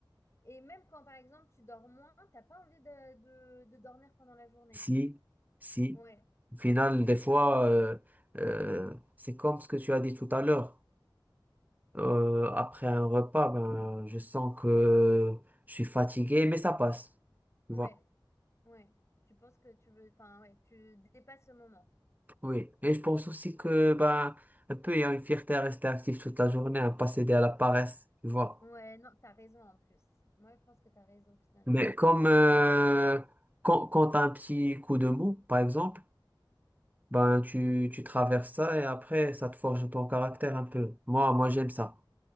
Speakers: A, on the left; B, on the right.
A: Et même quand, par exemple, tu dors moins, t'as pas envie de, de, de dormir pendant la journée.
B: Si, si,
A: Ouais,
B: au final, des fois, euh, euh, c'est comme ce que tu as dit tout à l'heure. Euh, après un repas, ben, je sens que je suis fatigué, mais ça passe, tu
A: ouais,
B: vois.
A: ouais. Tu penses que tu veux... Enfin, ouais, tu dépasses ce moment.
B: Oui, et je pense aussi que ben, un peu il y a une fierté à rester actif toute la journée, à ne pas céder à la paresse, tu vois.
A: Ouais, non, t'as raison en plus. Moi, je pense que t'as raison finalement.
B: Mais comme euh, quand, quand t'as un petit coup de mou, par exemple, ben tu, tu traverses ça et après ça te forge ton caractère un peu. Moi, moi j'aime ça.